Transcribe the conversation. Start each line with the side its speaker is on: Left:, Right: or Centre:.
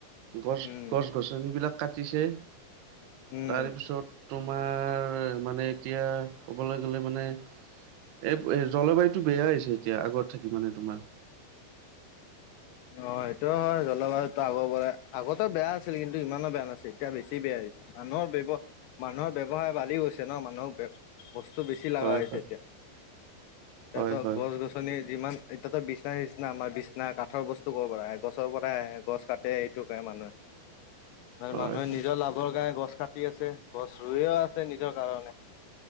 Right: গছ,
Left: উম
Right: গছ-গছনিবিলাক কাটিছে
Left: উম
Right: তাৰপিছত তোমাৰ মানে এতিয়া ক'বলৈ গ'লে মানে এই জলবায়ুতটো বেয়া হৈছে এতিয়া, আগত থাকি মানে তোমাৰ।
Left: অ', এইটো হয়। জলবায়ুতো আগৰ পৰা, আগতেও বেয়া আছিল কিন্তু ইমানো বেয়া নাছিল এতিয়া বেছি বেয়া মানুহৰ ব্যৱ-মানুহৰ ব্যৱসায় বাঢ়ি গৈছে ন। মানুহক ব্য বস্তু বেছি লগা
Right: হয়
Left: হৈছে
Right: হয়
Left: এতিয়া। তেহেতক
Right: হয় হয়
Left: গছ-গছনি যিমান <unintelligible> বিছনা নিচছনা আমাৰ বিছনা কাঠ কাঠৰ বস্তু ক'ৰ পৰা আহে? গছৰ পৰাই আহে। গছ কাটে এইটো কৰে মানুহে। মানে
Right: হয়
Left: মানুহে
Right: হয়
Left: নিজৰ লাভৰ কাৰণে গছ কাটি আছে। গছ ৰুইও আছে নিজৰ কাৰণে।